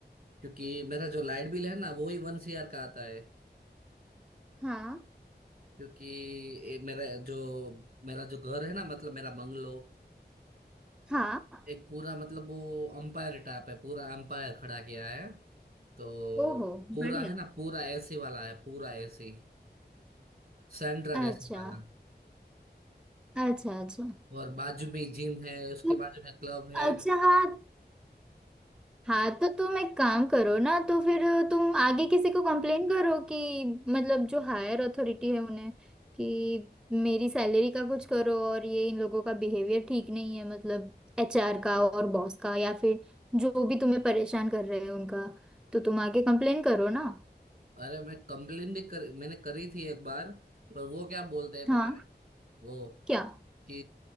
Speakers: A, on the right; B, in the centre.
A: क्योंकि मेरा जो लाइट बिल है ना वो ही वन सीआर का आता है
B: हाँ
A: क्योंकि ये मेरा जो मेरा जो घर है ना मतलब मेरा बंगलो
B: हाँ
A: एक पूरा मतलब वो अंपायर टाइप है पूरा अंपायर खड़ा किया है तो
B: ओहो
A: पूरा
B: बढ़िया
A: है ना पूरा एसी वाला है पूरा एसी सेंट्रल
B: अच्छा
A: एसी वाला
B: अच्छा अच्छा
A: और बाजू में जिम है उसके
B: तो-
A: बाजू में क्लब है
B: अच्छा हाँ हाँ तो तुम एक काम करो ना तो फिर तुम आगे किसी को कंप्लेन करो कि मतलब जो हायर अथॉरिटी है उन्हें कि मेरी सैलरी का कुछ करो और ये इन लोगों का बिहेवियर ठीक नहीं है मतलब एचआर का और बॉस का या फिर जो भी तुम्हें परेशान कर रहे हैं उनका तो तुम आगे कंप्लेन करो ना
A: अरे मैं कंप्लेन भी कर मैंने करी थी एक बार पर वो क्या बोलते हैं
B: हाँ
A: पता है वो
B: क्या
A: कि